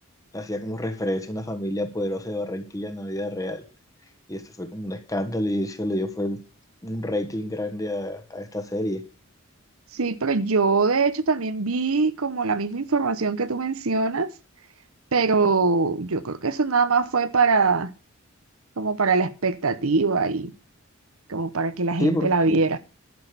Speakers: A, on the left; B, on the right.
A: hacía como referencia a una familia poderosa de Barranquilla en la vida real. Y esto fue como un escándalo y eso le dio fue un rating grande a, a esta serie.
B: Sí, pero yo de hecho también vi como la misma información que tú mencionas, pero yo creo que eso nada más fue para, como para la expectativa y como para que la gente
A: Sí, porque
B: la viera.